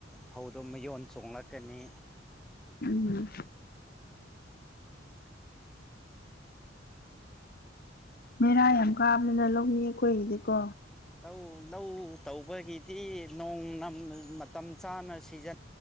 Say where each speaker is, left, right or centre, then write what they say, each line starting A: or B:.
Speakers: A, in the centre; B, on the left.
A: ꯐꯧꯗꯣ ꯃꯌꯣꯟ ꯆꯣꯡꯂꯛꯀꯅꯤ
B: ꯎꯝ ꯃꯦꯔꯥ ꯌꯥꯝ ꯀꯥꯕꯅꯤꯅ ꯂꯧꯃꯤ ꯑꯩꯈꯣꯏꯒꯤꯗꯤꯀꯣ
A: ꯂꯧ ꯂꯧ ꯇꯧꯕꯒꯤꯗꯤ ꯅꯣꯡ ꯃꯇꯝ ꯆꯥꯅ ꯁꯤꯖꯟꯅ